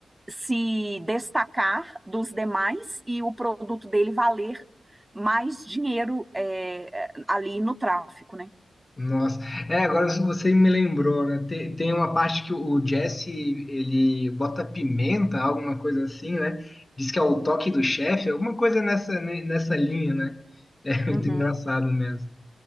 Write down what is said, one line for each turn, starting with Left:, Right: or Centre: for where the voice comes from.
Right: se destacar dos demais e o produto dele valer mais dinheiro é, ali no tráfico, né?
Left: Nossa, é, agora você me lembrou, né? Tem, tem uma parte que o Jesse, ele bota pimenta, alguma coisa assim, né? Diz que é o toque do chefe, alguma coisa nessa, ne- nessa linha, né? É muito
Right: Uhum.
Left: engraçado mesmo.